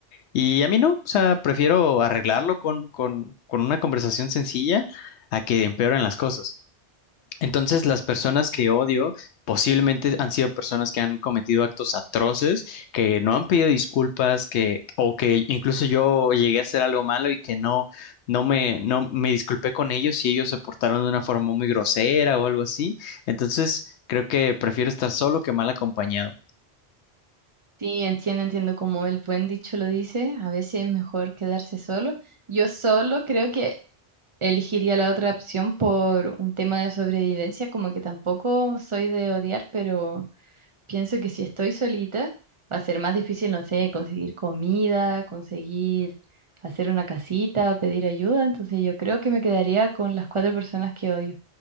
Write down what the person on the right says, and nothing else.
Sí, entiendo, entiendo como el buen dicho lo dice, a veces es mejor quedarse solo. Yo solo creo que Elegiría la otra opción por un tema de sobrevivencia, como que tampoco soy de odiar, pero pienso que si estoy solita va a ser más difícil, no sé, conseguir comida, conseguir hacer una casita, pedir ayuda, entonces yo creo que me quedaría con las cuatro personas que odio.